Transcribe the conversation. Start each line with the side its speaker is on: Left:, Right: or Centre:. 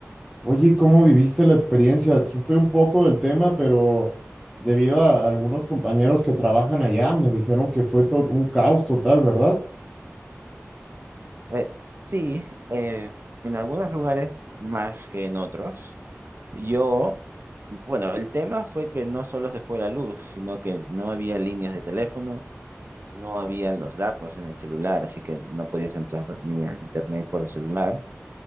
Centre: Oye, ¿cómo viviste la experiencia? Supe un poco del tema, pero debido a algunos compañeros que trabajan allá, me dijeron que fue todo un caos total, ¿verdad?
Right: Eh, sí, eh, en algunos lugares más que en otros. Yo, bueno, el tema fue que no solo se fue la luz, sino que no había líneas de teléfono, no había los datos en el celular, así que no podías entrar ni a internet por el celular.